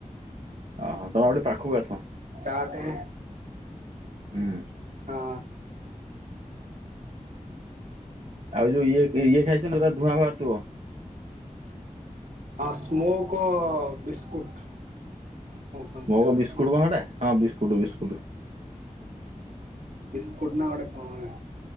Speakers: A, on the right; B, on the right.
A: ଓହୋ ତମେ ଗୋଟେ ପାଖକୁ ଆସ
B: ଆଠେ
A: ହୁଁ।
B: ହଁ।
A: ଆଉ ଯୋଉ ଇଏ ଇଏ ଖାଇଛନା ଯୋଉରା ଧୂଆଁ ବାହାରୁଥିବ?
B: ହଁ ସ୍ମୋକ୍ ବିସ୍କୁଟ। ନା କଣ କଣ
A: ସ୍ମୋକ
B: ସେଟା ଗୋଟେ
A: ବିସ୍କୁଟ କଣ ହେଟା ହଁ ବିସ୍କୁଟ ବିସ୍କୁଟ। ହ
B: ବିସ୍କୁଟ୍ ନା ଗୋଟେ କହଣ?